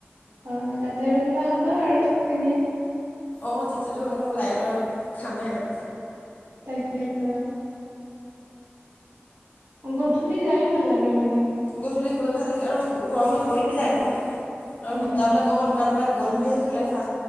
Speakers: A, on the right (about 65°); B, on the left (about 40°).
A: হয়, হয় তাতে আৰু কিবা খাবা আৰু এনে।
B: অ', তেতিয়াতো এনে ওলাই লৈ অলপ খামেই আৰু।
A: তাকেতো। গধূলি যায়ও ভাল লাগে মানে।
B: গধূলি গৈ ভাল লাগে আৰু গৰমতটো পৰি যায় ন? আৰু
A: উম
B: বজাবিলাক
A: উম
B: আকৌ দোকান বিলাক গধূলি হে খ'লে ফা